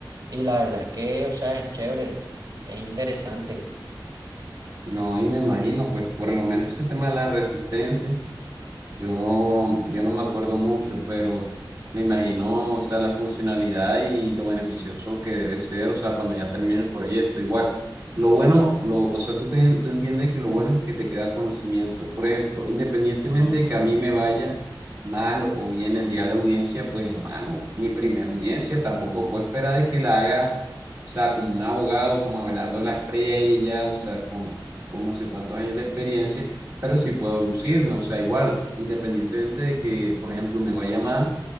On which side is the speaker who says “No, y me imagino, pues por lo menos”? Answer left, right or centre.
Right